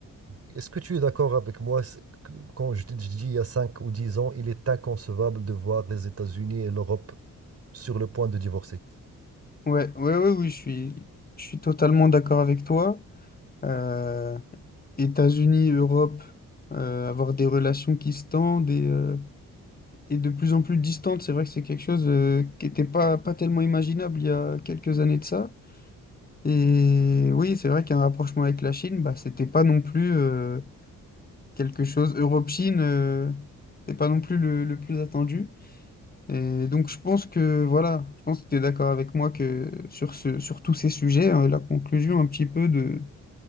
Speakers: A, on the right; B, on the left.
A: est-ce que tu es d'accord avec moi c'est que- quand je te dis il y a 5 ou 10 ans, il est inconcevable de voir les États-Unis et l'Europe sur le point de divorcer?
B: Ouais, ouais, ouais, oui, je suis, je suis totalement d'accord avec toi. Euh, États-Unis, Europe, euh, avoir des relations qui se tendent et euh, et de plus en plus distante. C'est vrai que c'est quelque chose euh, qui n'était pas, pas tellement imaginable il y a quelques années de ça. Et oui, c'est vrai qu'un rapprochement avec la Chine, bah, c'était pas non plus euh, quelque chose. Europe-Chine, euh, c'était pas non plus le, le plus attendu. Et donc je pense que voilà, je pense que tu es d'accord avec moi que sur ce, sur tous ces sujets, hein, la conclusion un petit peu de,